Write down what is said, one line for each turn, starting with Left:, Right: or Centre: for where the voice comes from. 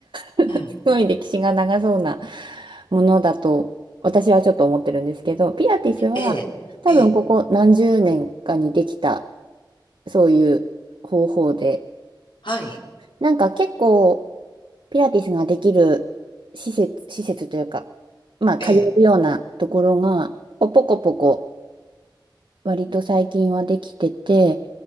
Right: <laughs>
Left: うん。
Right: すごい歴史が長そうなものだと私はちょっと思ってるんですけど、ピラティスは多分ここ何十年かにできた
Left: ええ、ええ。
Right: そういう方法で、
Left: はい。
Right: なんか結構ピラティスができる施設、施設というか、まあ通えるようなところがポコポコ
Left: ええ、
Right: 割と最近はできてて、